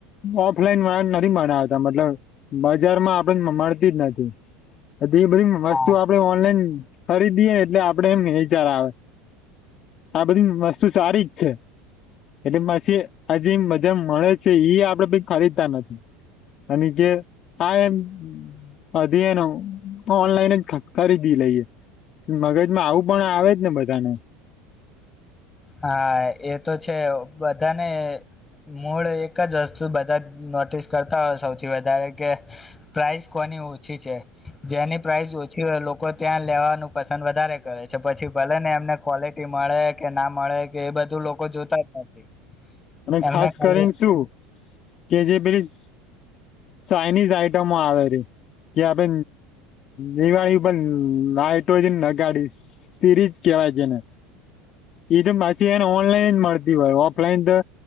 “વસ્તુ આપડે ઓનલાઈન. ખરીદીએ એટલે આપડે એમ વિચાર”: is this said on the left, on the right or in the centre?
Left